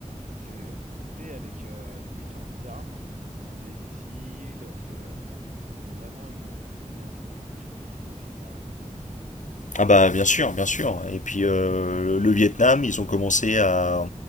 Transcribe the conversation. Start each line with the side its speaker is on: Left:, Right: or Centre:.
Right: Puis c'est couplé avec euh, les différentes armes, euh, les missiles, parce que euh, c'était vraiment une. euh, Il y a eu des avancées technologiques de fou aussi pour un deuxième. hein.
Left: Ah bah, bien sûr, bien sûr. Et puis, euh, le Vietnam, ils ont commencé à...